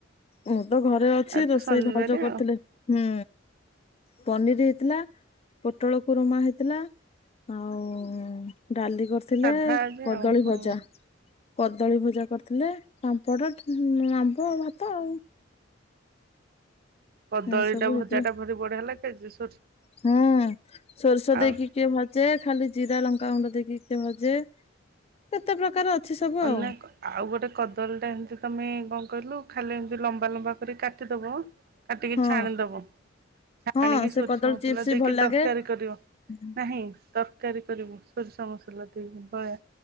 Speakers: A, on the left; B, on the right.
A: ମୁଁ ତ ଘରେ ଅଛି
B: ଆଜି
A: ରୋଷେଇ
B: ତ ଶନିବାରେ
A: ଭାଉଜ କରିଥିଲେ।
B: ଆଉ
A: ହୁଁ ପନିରି ହେଇଥିଲା ପୋଟଳ କରୁମା ହେଇଥିଲା ଆଉ ଡାଲି କରିଥିଲେ
B: ସାଧା ଆଜି
A: କଦଳୀ
B: ଆଉ ହୁଁ।
A: ଭଜା। କଦଳୀ ଭଜା କରିଥିଲେ ପାମ୍ପଡ ଆମ୍ବ ଭାତ ଆଉ।
B: କଦଳୀ
A: ଏ ସବୁ
B: ଟା
A: ହେଇଥିଲା
B: ଭଜା ଟା ଭାରି ବଢିଆ ଲାଗେଜେ ସେ
A: ହୁଁ ସୋରିଷ ଦେଇକି
B: ଆଉ
A: କିଏ ଭାଜେ ଖାଲି ଜିରା ଲଙ୍କାଗୁଣ୍ଡ ଦେଇକି କିଏ ଭାଜେ। କେତେ ପ୍ରକାର ଅଛି ସବୁ
B: ଅନେକ
A: ଆଉ।
B: ଆଉ ଗୋଟେ କଦଳୀ ଟା ଏମିତି ତମେ କଣ କହିଲୁ ଖାଲି ଏମିତି ଲମ୍ବା ଲମ୍ବା କରି କାଟିଦବ କାଟିକି
A: ହଁ
B: ଛାଣିଦବ ଛାଣିକି
A: ହଁ ସେ
B: ସୋରିଷ
A: କଦଳୀ
B: ମସଲା
A: ଚିପ୍ସ
B: ଦେଇକି
A: ଭଲ ଲାଗେ
B: ତରକାରୀ କରିବ
A: ହୁଁ
B: ନାହିଁ ତରକାରୀ କରିବୁ ସୋରିଷ ମସଲା ଦେଇକି ଭଳିଆ